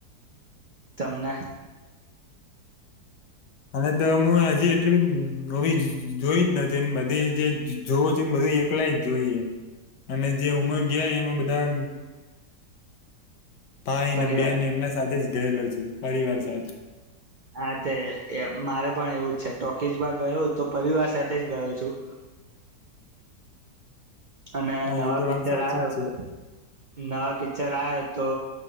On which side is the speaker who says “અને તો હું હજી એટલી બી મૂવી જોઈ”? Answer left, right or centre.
Left